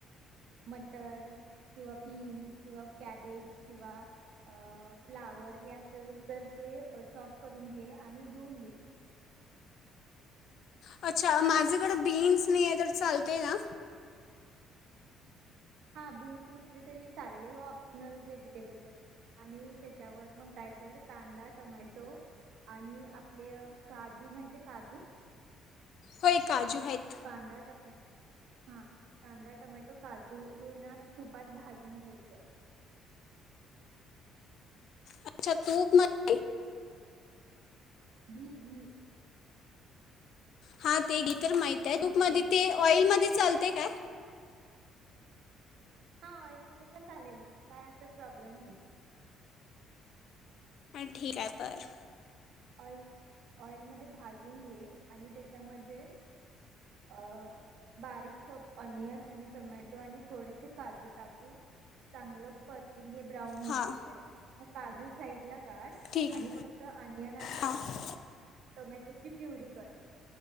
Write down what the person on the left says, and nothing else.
अच्छा माझ्याकडे बीन्स नाही आहे तर चालतय ना...
होय काजू आहेत
अच्छा तूप मध्ये
हा ते डिटेल माहित
आहे तूप
मध्ये ते ऑइल मध्ये चाल ते काय...
ठीक आहे बर
हां
ठीक
आहे
हां